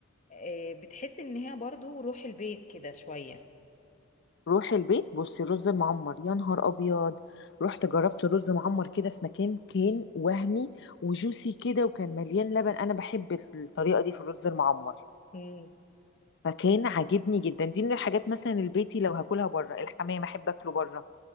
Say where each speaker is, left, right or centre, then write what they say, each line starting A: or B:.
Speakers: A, on the left; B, on the left.
A: آه، بتحسي ان هي برضو روح البيت كده شويه
B: روحي البيت بصي رز معمر يا نهار ابيض رحت جربت رز معمر كده في مكان كان وهمي وجوسي كده وكان مليان لبن انا بحب الطريقه دي في الرز المعمر
A: امم
B: فكان عاجبني جدا دي من الحاجات مثلا البيتي لو هاكلها بره الحمام احب اكله بره